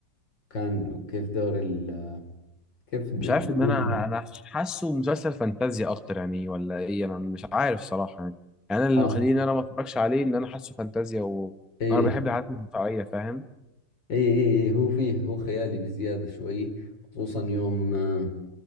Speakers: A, on the left; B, in the centre.
A: وكان وكيف دور ال... كيف د-
B: مش عارف
A: يقولون
B: ان انا انا حاسه مسلسل فانتازيا اكتر يعني ولا ايه انا مش عارف صراحه يعني يعني انا اللي
A: اه
B: مخليني ان انا ما اتفرجش عليه ان انا حاسه فانتازيا وانا
A: ايه
B: بحب الحاجات الواقعيه فاهم
A: اي اي اي هو فيه هو خيالي بزيادة شوي خصوصا يوم آه،